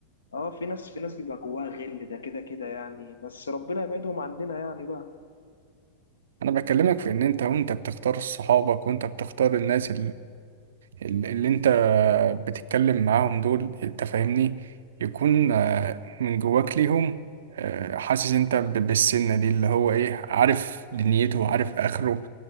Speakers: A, on the left; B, on the right.
A: اه في ناس في ناس بيبقى جواها غل ده كده كده يعني بس ربنا يبعدهم عننا يعني بقى
B: انا بكلمك في ان انت وانت بتختار صحابك وانت بتختار الناس ال- اللي انت بتتكلم معاهم دول انت فاهمني يكون آه، من جواك ليهم آه، حاسس انت ب- بالسنة دي اللي هو ايه عارف دنيته وعارف اخره